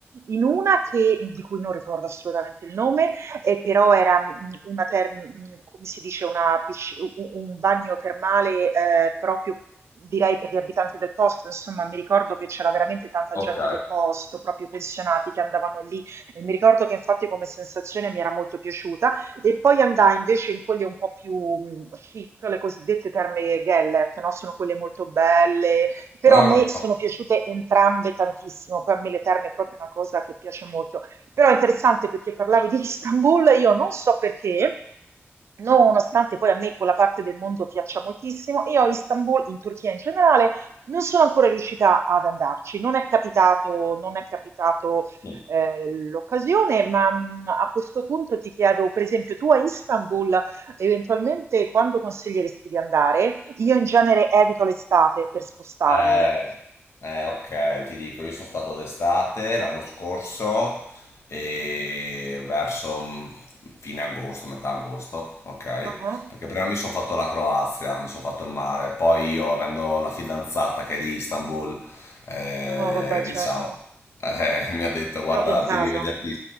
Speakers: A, on the right (about 75°); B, on the left (about 75°).
A: in una che, di cui non ricordo assolutamente il nome, eh, però era mh, una term- mh, come si dice, una pisci- un un bagno termale eh, proprio direi per gli abitanti del posto, insomma, mi ricordo che c'era veramente tanta
B: Ok.
A: gente del posto, proprio pensionati che andavano lì. E mi ricordo che infatti come sensazione mi era molto piaciuta. E poi andai invece in quelle un po' più mh, chic, le cosiddette terme Gellert, no? Sono quelle molto belle, però
B: Ah,
A: a me sono piaciute entrambe tantissimo. Poi a me le terme è proprio una cosa che piace molto. Però è interessante perché parlavi di Istanbul, io non so perché, nonostante poi a me quella parte del mondo piaccia moltissimo, io a Istanbul, in Turchia in generale, non sono ancora riuscita ad andarci, non è capitato, non è capitato
B: ok.
A: eh, l'occasione, ma mh, a questo punto ti chiedo, per esempio, tu a Istanbul eventualmente quando consiglieresti di andare? Io in genere evito l'estate per spostarmi.
B: Eh, eh, ok, ti dico, io sono stato d'estate l'anno scorso e verso mm, fine agosto, metà agosto, ok?
A: Ah, ah.
B: Perché prima mi sono fatto la Croazia, mi sono fatto il mare, poi io, avendo la fidanzata che è di Istanbul, eh,
A: No, vabbè, certo.
B: diciamo, <laughs> eh, mi ha detto, guarda,
A: Giochi in casa.
B: devi vederti